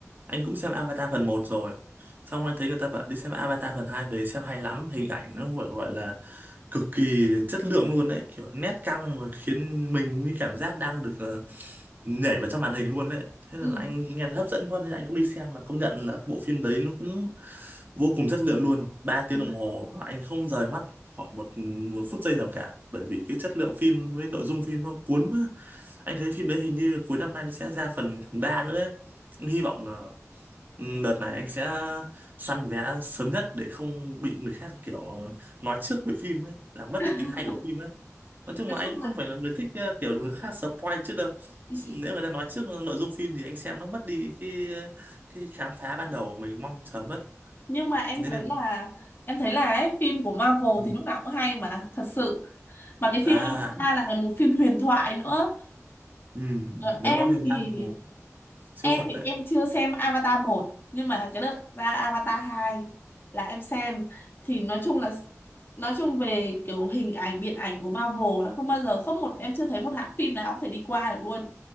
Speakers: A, on the right; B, on the left.
A: anh cũng xem Avatar phần một rồi xong anh thấy người ta bảo đi xem Avatar phần hai về xem hay lắm hình ảnh nó gọi gọi là cực kỳ chất lượng luôn đấy kiểu nét căng mà khiến mình như cảm giác đang được ờ, nhảy vào trong màn hình luôn đấy thế
B: ừ.
A: là anh nghe hấp dẫn quá nên anh cũng đi xem mà công nhận là bộ phim đấy nó cũng vô cùng chất lượng luôn ba tiếng
B: ừ.
A: đồng hồ mà anh không rời mắt khỏi một, một phút giây nào cả bởi vì cái chất lượng phim với nội dung phim nó cuốn quá anh thấy phim đấy hình như cuối năm nay nó sẽ ra phần ba nữa ấy. hy vọng là Ừ, Đợt này anh sẽ săn vé sớm nhất để không bị người khác kiểu nói trước về phim ấy, làm mất
B: <laughs>
A: đi tính hay của phim ấy. Nói chung
B: nói
A: là anh
B: chung
A: cũng không
B: là
A: phải là người thích ờ, kiểu người khác spoil trước đâu.
B: ừ,
A: Nếu người ta nói trước nội dung phim thì anh xem nó mất đi cái cái khám phá ban đầu của mình mong chờ mất.
B: nhưng mà em
A: Nên
B: thấy
A: nên
B: là em thấy là ấy, phim của Marvel
A: ừ.
B: thì lúc nào cũng hay mà thật sự mà cái
A: à
B: phim Avatar là một phim huyền thoại nữa
A: ừ.
B: Ờ,
A: nếu
B: em
A: nói về Marvel
B: thì
A: siêu
B: em
A: phẩm
B: thì
A: đấy.
B: em chưa xem Avatar một nhưng mà cái đợt ra Avatar hai là em xem thì nói chung là nói chung về kiểu hình ảnh điện ảnh của Marvel là không bao giờ không một em chưa thấy một hãng phim nào có thể đi qua được luôn